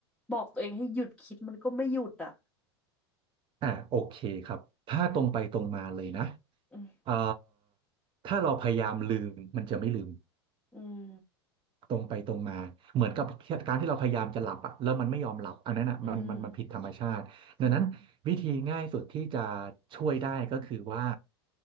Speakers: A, in the centre; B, on the right.
A: บอกตัวเองให้หยุดคิดมันก็ไม่หยุดอะ
B: อ่าโอเคครับถ้าตรงไปตรงมาเลยนะ
A: อืม
B: เอ่อถ้าเราพยายามลืมมันจะไม่ลืม
A: อืม
B: ตรงไปตรงมาเหมือนกับการที่เราพยายามจะหลับอะแล้วมันไม่ยอมหลับอันนั้นอะมันมันมันผิดธรรมชาติดังนั้นวิธีง่ายสุดที่จะ
A: อืมอืมอืม
B: ช่วยได้ก็คือว่า